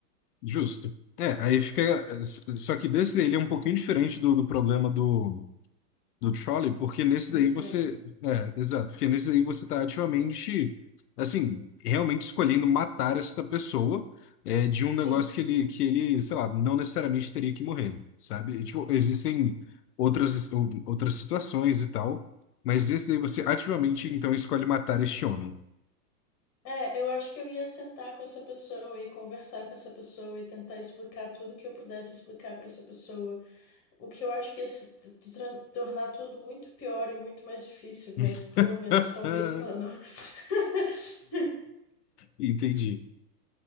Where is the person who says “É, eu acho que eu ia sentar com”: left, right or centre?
Left